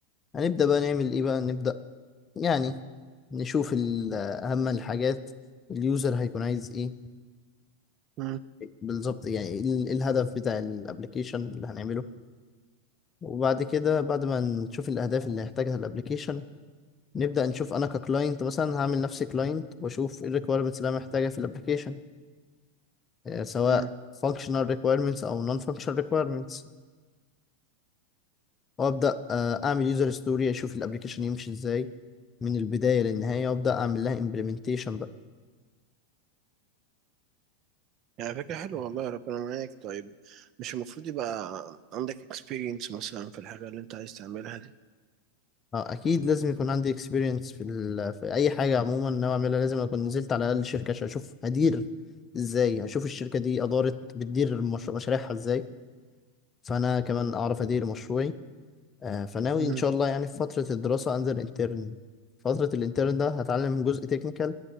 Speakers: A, on the left (about 20°); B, on the right (about 40°).
A: هنبدأ بقى نعمل إيه بقى نبدأ يعني نشوف ال- أهم الحاجات اليوزر هيكون عايز إيه
B: مم.
A: بالظبط يعني إيه ال- الهدف بتاع الابلكيشن اللي هنعمله وبعد كده بعد ما نشوف الأهداف اللي هيحتاجها الابلكيشن نبدأ نشوف أنا ككلاينت مثلا هعمل نفسي كلاينت وأشوف إيه الريكويرمنتس اللي أنا محتاجها في الابلكيشن سواء
B: مم.
A: functional requirements أو non functional requirements وأبدأ آه، أعمل يوزر ستوري أشوف الابلكيشن يمشي إزاي من البداية للنهاية وأبدأ أعمل لها implementation
B: يعني فكرة حلوة والله ربنا معاك طيب مش المفروض يبقى عندك experience مثلا في الحاجة اللي انت عايز تعملها دي
A: اه اكيد لازم يكون عندي اكسبيرينس في, ال... في اي حاجه عموما ناوي اعملها لازم اكون نزلت على الاقل شركه عشان اشوف هدير ازاي اشوف الشركه دي ادارت بتدير مش... مشاريعها ازاي فانا كمان اعرف ادير مشروعي آه، فناوي
B: مم.
A: ان شاء الله يعني في فتره الدراسه انزل انترن فتره الانترن ده هتعلم جزء تكنيكال